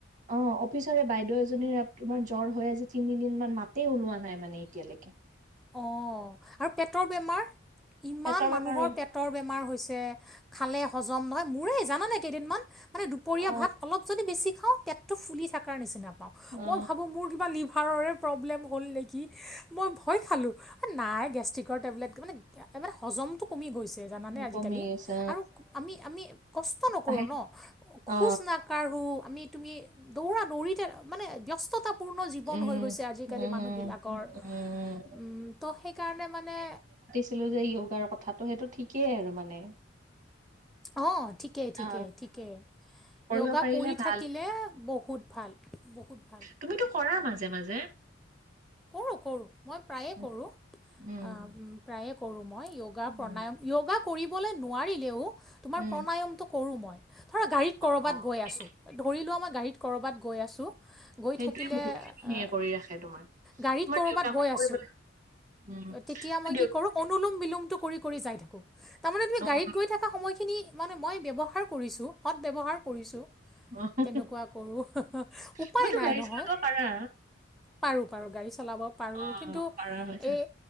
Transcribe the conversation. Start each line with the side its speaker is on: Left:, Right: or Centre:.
Right: অহ অফিচৰে বাইদেউ এজনীৰ তোমাৰ জ্বৰ হৈ আজি তিনিদিন মান মাত তে ওলোৱা নাই মানে এতিয়ালৈকে।
Centre: অঁ আৰু পেটৰ বেমাৰ ইমান
Right: পেটৰ বেমাৰো
Centre: মানুহৰ পেট। পেটৰ বেমাৰ হৈছে খালে হজম নহয় মোৰে জানানে কেইদিনমান মানে দুপৰীয়া
Right: অ
Centre: ভাত অলপ। যদি বেছি খাওঁ পেটতো ফুলি থাকা নিচিনা পাওঁ
Right: অ
Centre: মই ভাবো মোৰ কিবা লিভাৰৰ প্ৰব্লেমৰ। হ'ল নেকি মই। হয় খালোঁ নাই গেষ্ট্ৰিকৰ টেবলেট মানে মানে হজমটো কমি গৈছে। জানানে আজিকালি
Right: কমি গৈছে
Centre: আৰু আমি আমি কষ্ট নকৰোঁ
Right: অ
Centre: ন খোজ
Right: অ
Centre: না। কাঢ়ো আমি তুমি দৌৰা দৌৰিতে। মানে ব্যস্ততাপূৰ্ণ জীৱন
Right: উম
Centre: হৈ গৈছে আজিকালি
Right: উম
Centre: মানুহবিলাকৰ।
Right: উম
Centre: উম ত' সেইকাৰণে মানে।
Right: ছিলো যে যয়োগাৰ কথাটো সেইটো ঠিকেই আৰু মানে।
Centre: অহ ঠিকেই ঠিকেই
Right: অ
Centre: ঠিকেই।
Right: কৰিব
Centre: য়োগা
Right: পাৰিলে
Centre: কৰি
Right: ভাল।
Centre: থাকিলে বহুত ভাল বহুত ভাল
Right: তুমিতো কৰা মাজে মাজে।
Centre: কৰোঁ কৰোঁ মই প্ৰায়ে
Right: উম,
Centre: কৰোঁ অহ।
Right: উম,
Centre: প্ৰায়ে কৰোঁ মই য়োগা
Right: উম,
Centre: প্ৰাণায়াম য়োগা কৰিবলৈ নোৱাৰিলেও। তোমাৰ
Right: উম,
Centre: প্ৰাণায়ামটো কৰো মই ধৰা গাড়ীত কৰবাত
Right: অ',
Centre: গৈ
Right: সেই
Centre: আছো। ধৰি লোৱা মই গাড়ীত ক'ৰবাত গৈ আছোঁ গৈ
Right: সেইটোৱে
Centre: থাকিলে।
Right: বহুত খিনি
Centre: অ
Right: সেয়ে কৰি ৰাখে তোমাৰ,
Centre: গাড়ীত
Right: তোমাৰ
Centre: কৰবাট
Right: দেউতাকো
Centre: গৈ
Right: কৰিব
Centre: আছো
Right: লাগে। উম,
Centre: তেতিয়া
Right: তুমি
Centre: মই
Right: দেউ
Centre: কি কৰো আৰু অনুলম বিলমটো কৰি কৰি যাই থাকো তাৰমানে তুমি
Right: অ',
Centre: গাড়ীত গৈ থকা সময়খিনি মানে মই ব্যৱহাৰ কৰিছোঁ সদ ব্যৱহাৰ কৰিছোঁ
Right: অ',
Centre: তেনেকুৱা কৰোঁ হুহ উপায়
Right: তুমিতো
Centre: নাই
Right: গাড়ী
Centre: নহয়।
Right: চলাব পাৰা।
Centre: পাৰোঁ পাৰোঁ গাড়ী চলাব পাৰোঁ
Right: অ',
Centre: কিন্তু
Right: পাৰা হৈছে,
Centre: এই।